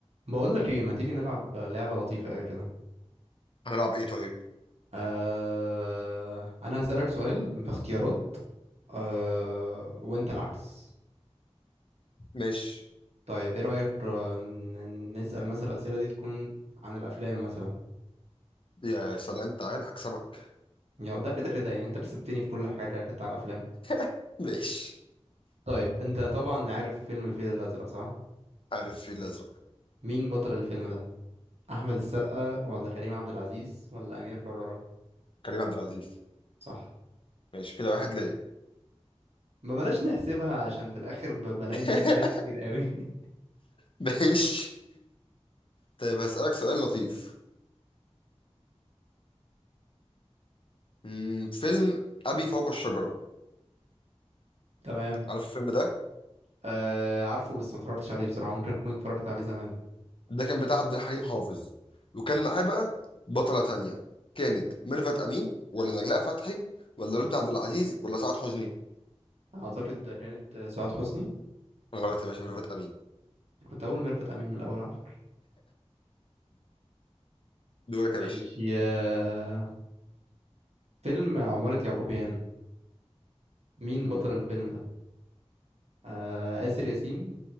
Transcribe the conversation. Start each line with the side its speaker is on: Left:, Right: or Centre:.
Right: بقول لك ايه ما تيجي نلعب لعبة لطيفة قوي كده
Left: هنلعب ايه طيب
Right: آه... انا هسألك سؤال باختيارات آه... وانت العكس
Left: ماشي
Right: طيب ايه رأيك آه، ن- نسأل مثلا الأسئلة دي تكون عن الافلام مثلا
Left: يا سلام تعال هكسبك
Right: يا ده كده كده يعني انت كسبتني في كل حاجة بتاع الافلام
Left: <laughs> ماشي
Right: طيب انت طبعا عارف فيلم الفيل الأزرق صح
Left: عارف في الازرق
Right: مين بطل الفيلم ده احمد السقا ولا كريم عبد العزيز ولا امير كرارة
Left: كريم عبد العزيز
Right: صح
Left: ماشي كده واحد ليا
Right: ما بلاش نحسبها عشان في الاخر ب- بلاقي
Left: <laughs>
Right: نفسي فيها كتير قوي <laughs>
Left: ماشي طيب هسألك سؤال لطيف مم، فيلم أبي فوق الشجرة
Right: تمام
Left: عارف الفيلم ده
Right: آه عارفه بس ما اتفرجتش عليه بصراحة ممكن أكون اتفرجت عليه زمان
Left: ده كان بتاع عبد الحليم حافظ وكان معاه بقى بطلة تانية كانت ميرفت أمين ولا نجلاء فتحي ولا رد عبد العزيز ولا سعاد حسني
Right: أعتقد ده كانت آه، سعاد حسني
Left: غلط يا باشا ميرفت أمين
Right: كنت أقول ميرفت أمين من الأول على فكرة
Left: دورك
Right: ماشي
Left: يا باشا
Right: يا فيلم عمارة يعقوبيان مين
Left: مم.
Right: بطل الفيلم ده؟ آه آسر ياسين